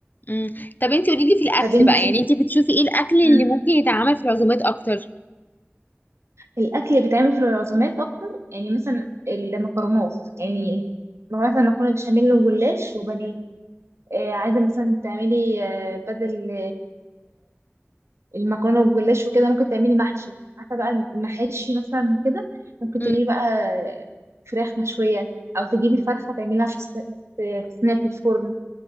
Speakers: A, on the left (about 40°); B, on the right (about 80°).
A: مم. طب انتي قولي لي في الاكل
B: طب انت
A: بقى يعني انتي بتشوفي ايه الاكل اللي
B: امم
A: ممكن يتعمل في العزومات اكتر
B: الاكل اللي بيتعمل في العزومات اكتر يعني مثلا المكرونات يعني لو مثلا مكرونه بشاميل وجلاش وبانيه آه عايزه مثلا تعملي آه بدل المكرونه والجلاش وكده ممكن تعملي محشي عارفه بقى المحاشي مثلا كده ممكن
A: مم.
B: تجيبي بقى فراخ مشويه او تجيبي فرخه تعمليها في الس- في في صينيه في الفرن